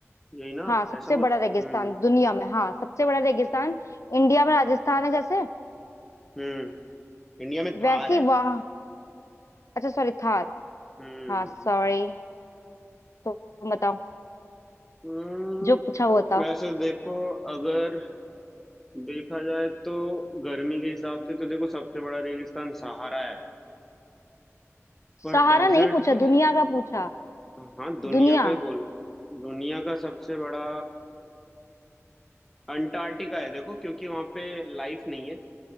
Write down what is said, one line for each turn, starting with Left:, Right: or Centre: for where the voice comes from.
Centre: यही ना
Left: हाँ सबसे
Centre: ऐसा कुछ
Left: बड़ा रेगिस्तान
Centre: हम्म
Left: दुनिया में हाँ सबसे बड़ा रेगिस्तान इंडिया में राजस्थान है जैसे
Centre: हम्म इंडिया में थार
Left: वैसी
Centre: है
Left: वहां अच्छा सॉरी थार
Centre: हम्म
Left: हाँ सॉरी तो तुम बताओ
Centre: हम्म,
Left: जो पूछा हुआ था
Centre: वैसे देखो अगर देखा जाए तो गर्मी के हिसाब से तो देखो सबसे बड़ा रेगिस्तान सहारा है पर
Left: सहारा
Centre: डेजर्ट
Left: नहीं पूछा
Centre: के
Left: दुनिया का पूछा
Centre: हाँ दुनिया
Left: दुनिया
Centre: का ही बोल दुनिया का सबसे बड़ा अंटार्कटिका है देखो क्योंकि वहां पे लाइफ नहीं है